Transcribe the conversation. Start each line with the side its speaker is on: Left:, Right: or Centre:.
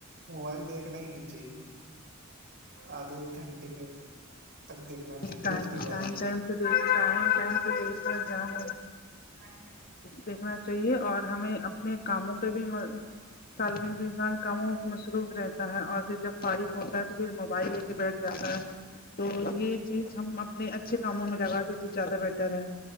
Right: موبائل دیکھنا ہی نہیں چاہیے آدھے ایک گھنٹے کے تک دیکھنا چاہیے
Left: ٹائم
Right: اس کے بعد
Left: ٹائم
Right: نہیں
Left: سے دیکھ ٹائم ٹائم سے دیکھ ل ج
Right: ٹائم جی
Left: دیکھنا چاہیے اور ہمیں اپنے کاموں پہ بھی سال دن انسان کاموں مصروف رہتا ہے اور پھر جب فارغ ہوتا ہے تو پھر موبائل بیٹھ جاتا ہے تو یہ چیز ہم اپنے اچھے کاموں میں لگاتے تو زیادہ بیٹر ہے